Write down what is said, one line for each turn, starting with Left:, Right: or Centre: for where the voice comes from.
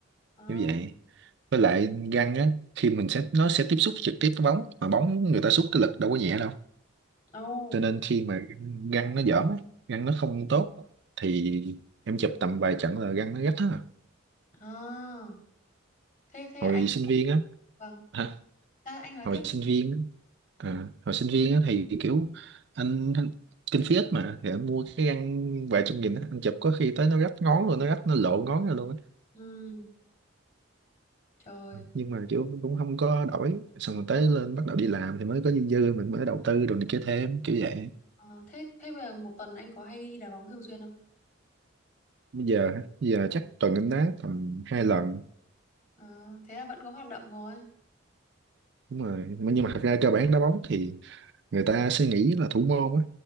Left: Ờ.
Right: như vậy với lại gan á khi mình sẽ nó sẽ tiếp xúc trực tiếp với bóng mà bóng người ta xúc cái lực đâu có nhẹ đâu
Left: Ồ.
Right: cho nên khi mà gan nó dởm á gan nó không tốt thì em chụp tầm vài trận là gan nó rách á
Left: À. Thế thế
Right: hồi
Left: anh
Right: sinh viên á
Left: vâng,
Right: hả?
Left: ra anh nói
Right: hồi
Left: tiếp. đi.
Right: sinh viên á, à, hồi sinh viên á thì kiểu anh, anh kinh phí ít mà thì anh mua cái găng vài trăm nghìn á anh chụp có khi tới nó rách ngón luôn nó rách nó lộ ngón ra luôn á.
Left: Ừ. Trời.
Right: nhưng mà kiểu cũng không có đổi xong rồi tới lên bắt đầu đi làm thì mới có dư dư mình mới đầu tư rồi này kia thêm kiểu vậy
Left: Ờ, thế thế bây giờ một tuần anh có hay đi đá bóng thường xuyên không?
Right: bây giờ bây giờ chắc tuần em đá tầm hai lần
Left: Ờ, thế là vẫn có hoạt động rồi.
Right: đúng rồi nhưng mà thật ra cơ bản đá bóng thì người ta sẽ nghĩ là thủ môn á